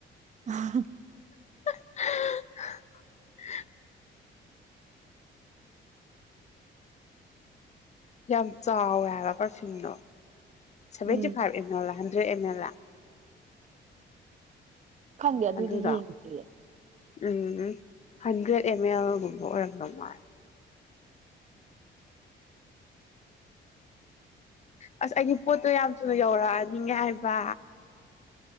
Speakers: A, on the right; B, on the left.
A: ꯑ
B: <inaudible> ꯌꯥꯝ ꯆꯥꯎꯋꯦ ꯍꯥꯏꯕ ꯄꯔꯐ꯭ꯌꯨꯝꯗꯣ ꯁꯚꯦꯟꯇꯤꯐꯥꯏꯚ
A: ꯎꯝ
B: ꯑꯦꯝ ꯑꯦꯜ ꯂꯥ <unintelligible>
A: ꯈꯪꯗꯦ ꯑꯗꯨꯗꯤ
B: ꯑꯗꯨꯗꯣ
A: ꯌꯦꯡꯗꯔꯤꯌꯦ
B: ꯎꯝ ꯍꯟꯗ꯭ꯔꯦꯠ ꯑꯦꯝ ꯑꯦꯜ ꯒꯨꯝꯕ ꯑꯣꯏꯔꯝꯗꯧ ꯃꯥꯜꯂꯦ ꯑꯁ ꯑꯩꯒꯤ ꯄꯣꯠꯇꯣ ꯌꯥꯝ ꯊꯨꯅ ꯌꯧꯔꯛꯑꯅꯤꯉꯦ ꯍꯥꯏꯕ